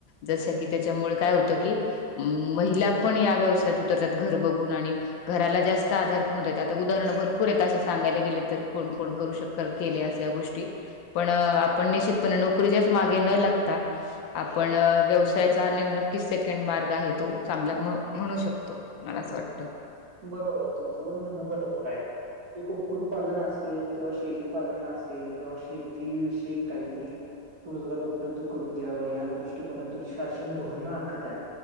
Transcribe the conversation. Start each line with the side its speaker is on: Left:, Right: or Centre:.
Left: जसं की त्याच्यामुळे काय होतं की हम्म महिला पण या व्यवसायात उतरतात घर बघून आणि घराला जास्त आधार पण होत, आता उदाहरणं भरपूर आहेत असे सांगायला गेले तर, कोण-कोण करू शक केले असं. त्या गोष्टी पण आपण निश्चितपणे नोकरीच्याच मागे न लागता आपण अं व्यवसायाचा नेव नक्कीच सेकंड मार्ग आहे, तो चांगला म्हणू शकतो. मला असं वाटतं.
Right: बरोबर आहे, तुमचं पण म्हणणं बरोबर आहे. कुक् कुक्कुट पालन असेल किंवा शेळीपालन असेल किंवा शेती विषयी काहीतरी रोजगार उपलब्ध करून द्यावा या दृष्टीकोनातून शासन धोरणं आखत आहे.